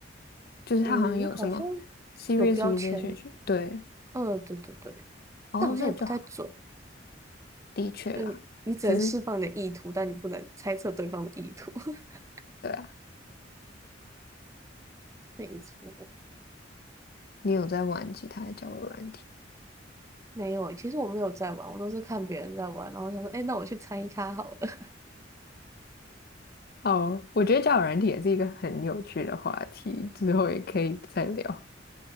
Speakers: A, on the left; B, on the right.
A: 就是他好像有什么
B: 嗯，好像
A: serious
B: 有标签。
A: relationship，对。
B: 嗯，对对对，
A: 哦，
B: 但好像也不太准，
A: 那就好。的确啦，
B: 就你你只能释放你的意图，
A: 只是
B: 但你不能猜测对方的意图。<laughs>
A: 对啊，
B: 没错，
A: 你有在玩其他的交友软体？
B: 没有欸其实我没有在玩，我都是看别人在玩，然后想说，哎，那我去参一咖好了。<laughs>
A: 哦，我觉得交友软体也是一个很有趣的话题，之后也可以再聊。